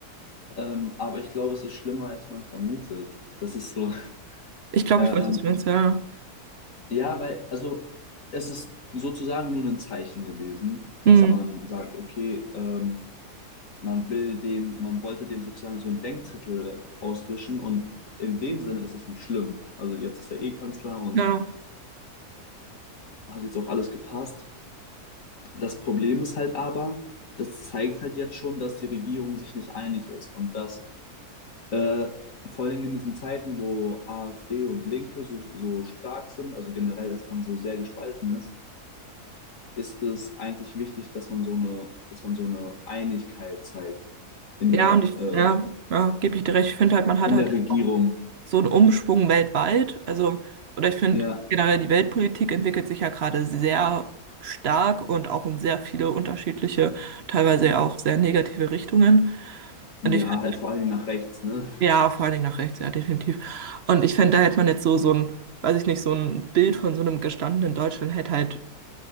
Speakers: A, on the left; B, on the right.
A: ähm, aber ich glaube, es ist schlimmer, als man vermutet. Das ist so. <laughs>
B: Ich glaube,
A: Ähm,
B: ich weiß, was du meinst, ja.
A: Ja, weil, also es ist sozusagen nur ein Zeichen gewesen, dass
B: Hm.
A: man sagt, okay, ähm, man will dem, man wollte dem sozusagen so einen Denkzettel auswischen und in dem Sinne ist es nicht schlimm. Also jetzt ist er eh Kanzler und
B: Ja.
A: hat jetzt auch alles gepasst. Das Problem ist halt aber, das zeigt halt jetzt schon, dass die Regierung sich nicht einig ist und dass äh, vor allem in diesen Zeiten, wo AfD und Linke so, so stark sind, also generell das Land so sehr gespalten ist, ist es eigentlich wichtig, dass man so eine, dass man so eine Einigkeit zeigt in
B: Ja,
A: der,
B: und ich,
A: äh,
B: ja, ja, gebe ich dir recht. Ich finde halt, man hat
A: in
B: halt
A: der Regierung.
B: auch so ein Umschwung weltweit. Also, oder ich finde
A: Ja,
B: generell die Weltpolitik entwickelt sich ja gerade sehr stark und auch in sehr viele unterschiedliche, teilweise ja auch sehr negative Richtungen.
A: ja,
B: Und ich finde,
A: halt vor allem nach rechts, ne?
B: ja, vor allen Dingen nach rechts, ja, definitiv. Und ich finde, da hätte man jetzt so, so ein, weiß ich nicht, so ein Bild von so einem gestandenen Deutschland hätte halt,